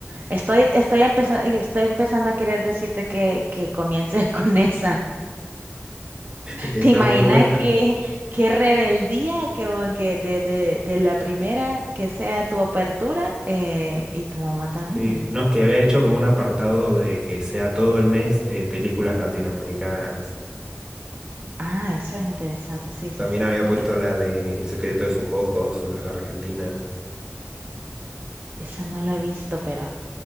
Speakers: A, on the right; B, on the right.
A: Estoy, estoy empezando, estoy empezando a querer decirte que, que comiences <laughs> con esa.
B: <laughs> Está
A: ¿Te imaginas
B: muy buena.
A: que qué rebeldía que, vos- que de, de, de la primera que sea tu apertura eh, y tu mamá también?
B: Sí, no, es que había hecho como un apartado de que sea todo el mes eh, películas latinoamericanas.
A: Ah, eso es interesante, sí, sí,
B: También
A: sí.
B: había puesto
A: Bueno,
B: la de El secreto de sus ojos, la Argentina.
A: Esa no la he visto, pero